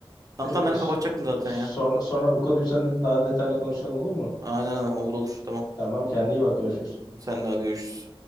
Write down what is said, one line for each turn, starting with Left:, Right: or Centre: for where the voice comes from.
Right: Tamam
Left: Ee,
Right: tamam ben
Left: so-
Right: de kapatacaktım zaten
Left: sonra,
Right: ya.
Left: sonra bu konuyu seninle daha detaylı konuşalım olur mu?
Right: Aynen aynen olur olur tamam.
Left: Tamam kendine iyi bak görüşürüz.
Right: Sen de hadi görüşürüz.